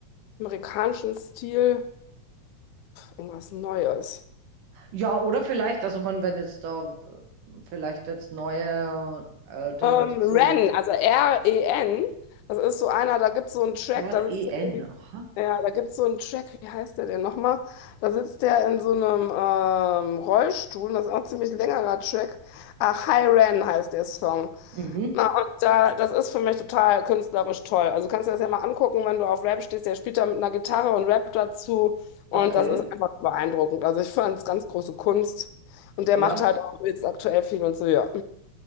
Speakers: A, on the left (about 80°); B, on the right (about 85°).
A: amerikanischen Stil irgendwas Neues.
B: Ja, oder vielleicht, also man, wenn jetzt da äh, vielleicht jetzt neue, äh, die
A: Ähm,
B: nicht so
A: Ren, also R-E-N, das ist so einer, da gibt es so einen Track,
B: R-E-N,
A: da sitzt der irgendwie,
B: aha.
A: ja, da gibt es so einen Track, wie heißt der denn nochmal? Da sitzt der in so einem ähm, Rollstuhl, das ist auch ein ziemlich längerer Track. Ach, Hi Ren heißt der Song.
B: Mhm,
A: Na, und da, das ist für mich total künstlerisch toll. Also kannst du das ja mal angucken, wenn du auf Rap stehst, der spielt da mit einer Gitarre und rappt dazu und
B: okay,
A: das ist einfach beeindruckend. Also ich fand es ganz große Kunst und der
B: ja.
A: macht halt auch jetzt aktuell viel und so, ja.